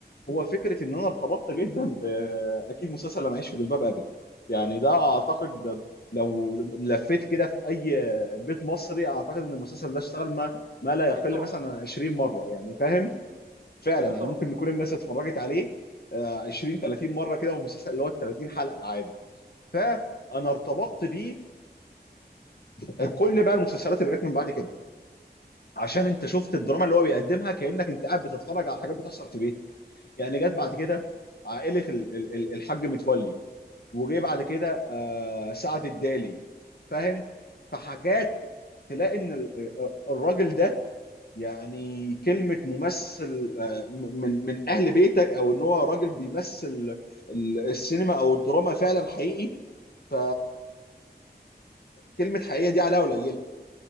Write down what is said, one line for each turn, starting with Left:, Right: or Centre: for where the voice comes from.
Left: هو فكره ان انا ارتبطت جدا باكيد مسلسل لما اعيش في جلباب ابي يعني ده اعتقد ده لو لفيت كده في اي بيت مصري اعتقد ان المسلسل ده اشتغل ما ما لا
Right: اكيد
Left: يقل
Right: طبعا
Left: مثلا عن 20 مره يعني فاهم
Right: مم.
Left: فعلا
Right: ايوه
Left: يعني
Right: طبعا
Left: ممكن يكون الناس اتفرجت عليه آه، 20 30 مره كده والمسلسل اللي هو ال 30 حلقه عادي فانا ارتبطت بيه وكل بقى المسلسلات اللي جت من بعد كده عشان انت شفت
Right: مم.
Left: الدراما اللي هو بيقدمها كانك انت قاعد بتتفرج على حاجات بتحصل في بيتك يعني جت بعد كده عائله ال- ال- ال- الحاج متولي وجي بعد كده آه، سعد الدالي فاهم فحاجات
Right: مم.
Left: تلاقي ان ال- آه، آه، الراجل ده يعني كلمه ممثل آه، م- من من اهل بيتك او ان هو راجل بيمثل ال- السينما او الدراما فعلا حقيقي ف كلمه حقيقيه دي عليها ولا